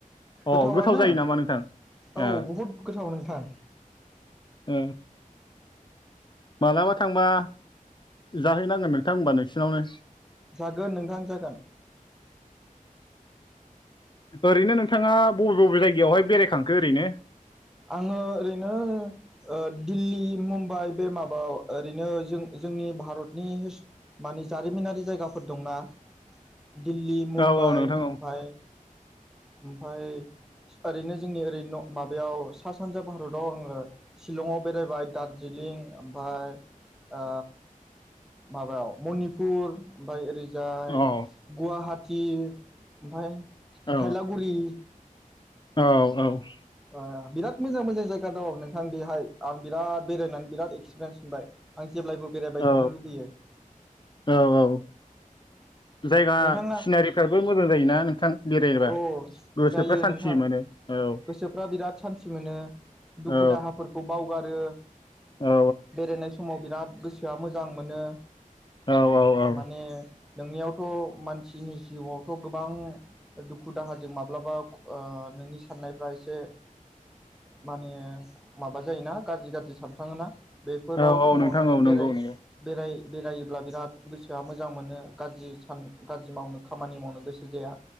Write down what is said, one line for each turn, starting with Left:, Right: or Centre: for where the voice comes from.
Left: अ
Centre: गोथावानो।
Left: गोथाव जायो नामा नोंथां
Centre: औ
Left: ओ
Centre: बहुद गोथाव नोंथां।
Left: ओ। मालाबा थांबा जाहैनांगोन नोंथां होनबा नोंसिनावनो।
Centre: जागोन नोंथां जागोन।
Left: ओरैनो नोंथाङा बबे- बबे जायगायावहाय बेरायखांखो ओरैनो?
Centre: आंङो ओरैनो ओ दिल्ली मुम्बाइ बे माबाआव ओरैनो जों जोंनि भारतनि माने जारिमिनारि जायगा फोर दंना।
Left: <inaudible>
Centre: दिल्ली मुम्बाइ
Left: औ औ नोंथां
Centre: ओमफाय ओमफाय ओरैनो जोंनि ओरै न' माबायाव सा सानजा भारताव आंङो शिलंआव बेरायबाय दारजिलिं ओमफाय ओ माबायाव मनिपुर ओमफाय ओरै जाय
Left: औ
Centre: गुवाहाटि ओमफाय
Left: औ
Centre: थायलागुरि
Left: औ औ औ।
Centre: ओ बिराद मोजां मोजां जायगा दं नोंथां बेहाय आं बिराद बेरायनानै बिराद एक्सपिरियेन्स मोनबाय आं जेब्लायबो बेरायबाय
Left: औ
Centre: थानो लुगैयो।
Left: औ औ। जायगा
Centre: नोंथाङा
Left: सिनारिफ्राबो मोजां जायोना नोंथां बेरायबा
Centre: औ
Left: गोसोफ्रा
Centre: जायो
Left: सान्थि
Centre: नोंथां
Left: मोनो। औ।
Centre: गोसोफ्रा बिराद सान्थि मोनो दुखु
Left: औ
Centre: दाहाफोरखौ बावगारो।
Left: औ
Centre: बेरायनाय समाव बिराद गोसोआ मोजां मोनो।
Left: औ औ
Centre: माने नोंनियावथ' मानसिनि जिउआवथ' गोबां दुखु दाहाजों माब्लाबा ओ नोंनि साननायफ्रा से माने माबा जायोना गाज्रि गाज्रि सानफ्लांङोना। बेफोराव
Left: औ औ
Centre: समाव
Left: नोंथां
Centre: नोङो
Left: औ
Centre: बेराय
Left: नंगौ नंगौ
Centre: बेराय बेरायोब्ला बिराद गोसोआ मोजां मोनो गाज्रि सान गाज्रि मावनो खामानि मावनो गोसो जाया